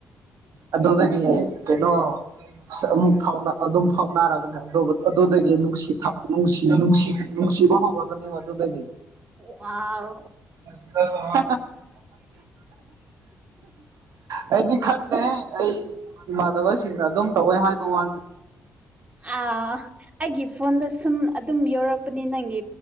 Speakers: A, on the right (about 70°); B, on the right (about 25°).
A: ꯑꯗ ꯀꯩꯅꯩꯅꯣ ꯑ ꯑꯃꯨꯛ ꯐꯥꯎ ꯑꯗꯨꯝ ꯐꯥꯎꯅꯔꯒꯅꯦ ꯑꯗꯨꯗꯒꯤꯅꯨꯡꯁꯤꯅꯨꯡꯁꯤ ꯅꯨꯡꯁꯤ ꯤꯕ ꯍꯣꯒꯒꯅꯤꯕ ꯑꯗꯨꯗꯗꯒꯤ
B: ꯋꯥꯎ
A: <inaudible> ꯑꯩꯗꯤ ꯈꯟꯗꯦ ꯑꯩ ꯏꯃꯥꯟꯅꯕꯁꯤꯡꯅ ꯑꯗꯨꯝ ꯇꯧꯋꯦ ꯍꯥꯏꯕ ꯋꯥꯅꯤ
B: ꯑ ꯑꯩꯒꯤ ꯐꯣꯟꯗ ꯁꯨꯝ ꯑꯗꯨꯝ ꯌꯧꯔꯛꯄ ꯅꯤ ꯅꯪꯦ